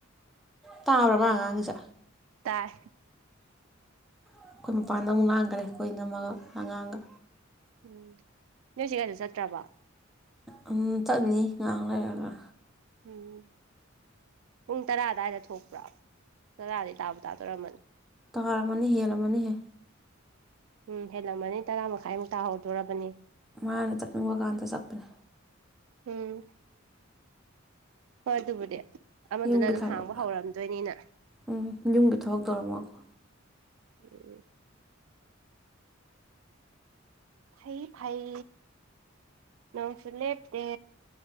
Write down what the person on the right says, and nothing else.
ꯇꯥꯏ
ꯎꯝ ꯅꯣꯢ ꯆꯦ ꯀꯩꯁꯨꯆꯠꯇ꯭ꯔꯕ
ꯎꯝ ꯄꯨꯡ ꯇꯔꯥ ꯑꯗꯨꯋꯥꯏꯗ ꯊꯣꯛꯄ꯭ꯔꯣ ꯇꯔꯥꯗꯥꯇꯥꯕꯨ ꯇꯥꯗꯣꯏꯔꯝꯃꯅꯤ
ꯎꯝ ꯍꯦꯜꯂꯝꯃꯅꯤ ꯇꯔꯥ ꯃꯈꯥꯏꯃꯨꯛ ꯇꯥꯍꯧꯗꯣꯔꯕꯅꯤ
ꯎꯝ ꯍꯣꯏ ꯑꯗꯨꯕꯨꯗꯤ ꯑꯃꯗꯨꯅ
ꯑꯗꯨꯝ
ꯍꯥꯡꯕ ꯍꯧꯔꯝꯗꯣꯏꯅꯤꯅ
<unintelligible> ꯍꯩ ꯐꯩ ꯅꯣꯡꯁꯨ ꯂꯦꯞꯇꯦ